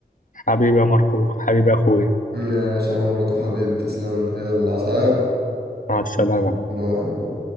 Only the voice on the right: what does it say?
ماشي يا ماركو حبيبي تسلم يلا صحيح
باي باي